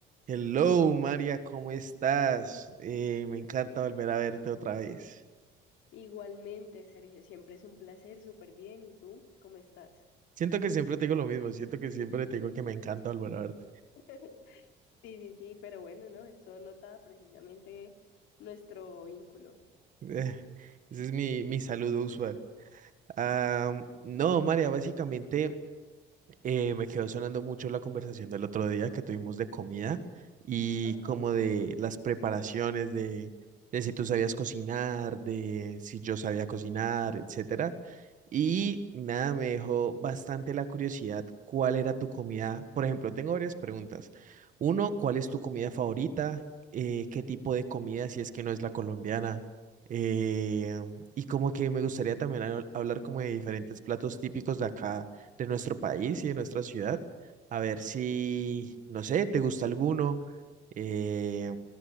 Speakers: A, on the right (about 40°); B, on the left (about 75°).
A: Hello, María, ¿cómo estás? Eh, me encanta volver a verte otra vez.
B: Igualmente, Sergio, siempre es un placer, súper bien. ¿Y tú? ¿Cómo estás?
A: Siento que siempre te digo lo mismo, siento que siempre te digo que me encanta volver a verte.
B: <laughs> Sí, sí, sí, pero bueno, ¿no? Esto nota precisamente nuestro vínculo.
A: <laughs> ese es mi, mi saludo usual. Ah, no, María, básicamente eh, me quedó sonando mucho la conversación del otro día que tuvimos de comida y
B: Ajá,
A: como de las preparaciones de, de si tú sabías cocinar, de si yo sabía cocinar, etcétera. Y nada, me dejó bastante la curiosidad cuál era tu comida. Por ejemplo, tengo varias preguntas. Uno, ¿cuál es tu comida favorita? Eh, ¿qué tipo de comida si es que no es la colombiana? Eh, y como que me gustaría también hablar como de diferentes platos típicos de acá de nuestro país y de nuestra ciudad. A ver si, no sé, te gusta alguno eh,